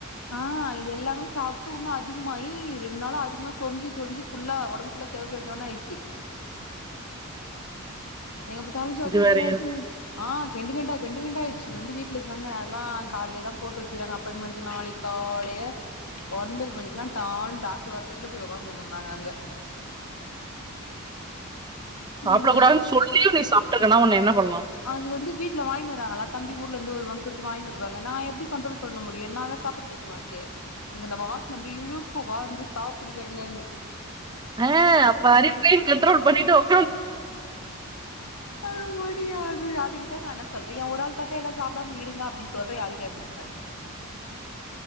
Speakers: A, on the left; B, on the right.
A: ஆ இது எல்லாமே சாப்ட்டு வுன்னு அதிகமாயி ரெண் நாளா அதிகமா சொரிஞ்சி சொரிஞ்சி ஃபுல்லா ஒடம் ஃபுல்லா செவ செவ செவனாயிட்ச்சி எங்க பத்தாலு செவ
B: இது
A: செவ
B: வேறயா
A: செவனாயிட்ச்சின் ஆ கெண்டு கெண்டா கெண்டு கெண்டா ஆயிட்ச்சி வந்து வீட்ல சொன்னே அந்தா கால்லியேதாம் போட்டு வெச்சிகிறாங்க அப்பாயின்மெண்ட்டு நாளைக் காலைய ஒன்பது மணிக்லா டான் டாக்ட்ரு வரத்துக்குள்ள போய் ஒக்காந்துன்னு நாங்க அங்க
B: சாப்ட
A: ஐயோ
B: கூடாதுன் சொல்லியு நீ சாப்ட்ருக்கனா உன்ன என்ன பண்லா
A: அது வந்து வீட்ல வாய்னு வாரங்களா தம்பி ஊர்லந்து வருவான் சொல்ட்டு வாய்னு வருவாங்க நா எப்டி கண்ட்ரோல் பண்ண முடியு நா அதா சாப்புட் பைத்மாச்சே எனக்கு அந்த வாச்ன அப்டி இழுக்கு வா இந்து சாப்டு என்னனனு
B: அ அப்ப அரிப்பையுங் கண்ட்ரோல் பண்ணிட்டு ஒக்
A: அது முடியாது அதுகுதா நா என்ன சொல்றே எ ஒரு ஆள்க்காக எல்லா சாப்டாம இருங்க அப்டிச் சொல்றே யாரு கேக்க மாட்றாங்